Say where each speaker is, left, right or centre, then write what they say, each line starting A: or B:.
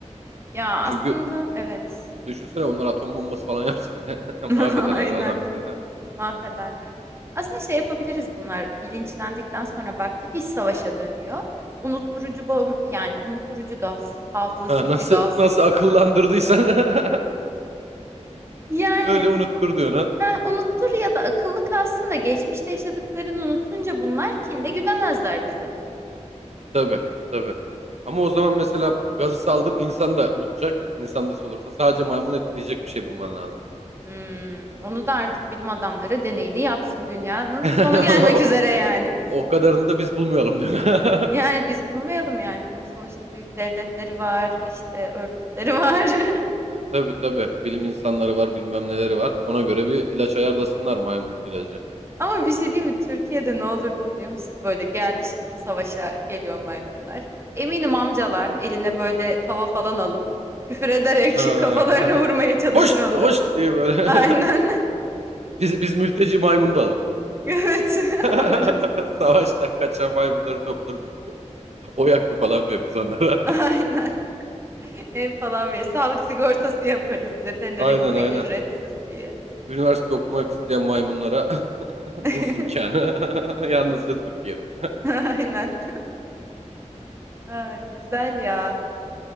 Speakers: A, on the right (about 20°); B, on the right (about 65°).
A: Ya
B: Çünkü
A: aslında evet.
B: düşünsene onlar atom bombası falan yapsa bile. <laughs>
A: <laughs>
B: Mahvederler
A: Aynen.
B: vallahi bizi. <laughs>
A: Mahvederler. Aslında şey yapabiliriz bunlar. Bilinçlendikten sonra baktık iş savaşa dönüyor. Unutturucu bom yani unutturucu gaz, hafıza
B: Ha,
A: silici
B: nasıl
A: gaz.
B: nasıl akıllandırdıysan. <laughs>
A: Yani
B: Öyle unutturdu ona.
A: Ha, unuttur ya da akıllı kalsın da geçmişte yaşadıklarını unutunca bunlar kinde güdemezler bizi.
B: Tabii, tabii. Ama o zaman mesela gazı saldın insan da unutacak. İnsan da solursa. Sadece maymun etkileyecek bir şey bulman lazım.
A: Hmm, onu da artık bilim adamları deneyini yapsın dünyanın
B: <laughs>
A: sonu gelmek
B: O,
A: üzere yani.
B: o kadarını da biz bulmayalım diyor. <laughs>
A: Yani biz bulmayalım yani bunun sonuçta büyük devletleri var işte örgütleri var. <laughs>
B: Tabii tabii. Bilim insanları var bilmem neleri var. Ona göre bir ilaç ayarlasınlar maymun ilacı.
A: Ama bir şey değil mi Türkiye'de ne olurdu biliyor musun? Böyle geldi şimdi savaşa geliyor maymunlar. Eminim amcalar eline böyle tava falan alıp küfür ederek
B: Ha.
A: <laughs> kafalarını
B: <laughs>
A: vurmaya çalışır
B: Hoş,
A: onların.
B: hoş diye böyle.
A: Aynen.
B: <laughs> Biz, biz mülteci maymunu da alırız.
A: <laughs> Evet <laughs> alırız.
B: <laughs> Savaştan kaçan maymunları toplarız ülkeye. Oy hakkı falan veririz onlara.
A: Aynen. Ev falan verir. Sağlık sigortası yaparız. Veterinere
B: <laughs> Aynen
A: gitmek
B: aynen.
A: ücretsiz diye.
B: Üniversite okumak isteyen maymunlara <laughs> burs
A: <laughs>
B: imkanı. <laughs> Yalnızca Türkiye'de.
A: Aynen. Ay, güzel ya.